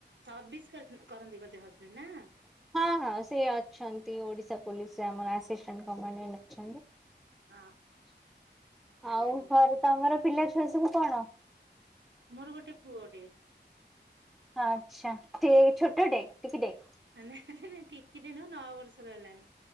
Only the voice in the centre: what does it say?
ହଁ ହଁ ସେ ଅଛନ୍ତି ଓଡ଼ିଶା ପୋଲିସରେ ଆମର ଆସିଷ୍ଟାଣ୍ଟ କମାଣ୍ଡଣ୍ଟ ଅଛନ୍ତି।
ଆଉ ଘରେ ତମର ପିଲା ଛୁଆ ସବୁ କଣ?
ଆଚ୍ଛା ଟିକେ ଏଇ ଛୋଟଟେ ଟିକିଟେ।